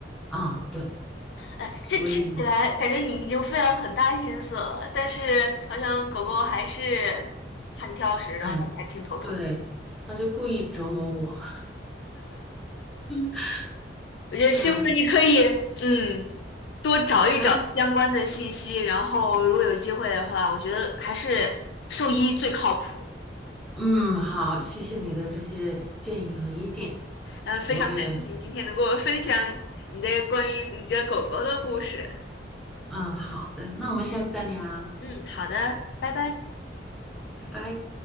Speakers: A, in the centre; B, on the left (about 65°).
A: 啊。对，
B: 哎，
A: 所以
B: 这听起来感觉你已经费了很大心思了，但是好像狗狗还是很挑食，然后让你还挺头疼的
A: 哎，对，他就故意折磨我。<laughs>
B: 我觉得希望你可以，
A: 嗯，
B: 嗯，多找一找相关的信息，
A: 哎，
B: 然后如果有机会的话，我觉得还是兽医最靠谱。
A: 嗯，好，谢谢你的这些建议和意见，
B: 呃，非常感谢你今天能跟我分享
A: 我也。
B: 你的关于你的狗狗的故事。
A: 嗯，好的，那我们下次再聊，
B: 嗯，好的，拜拜。
A: 拜拜。